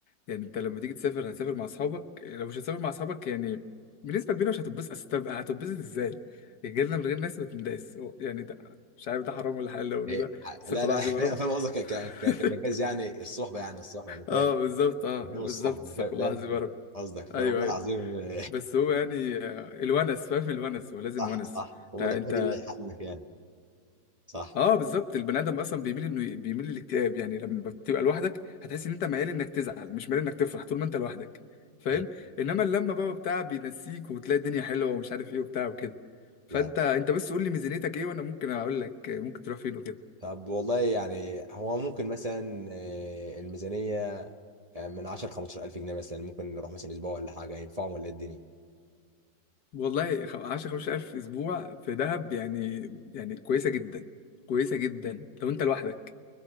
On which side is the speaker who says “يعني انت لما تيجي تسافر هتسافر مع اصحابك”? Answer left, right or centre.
Left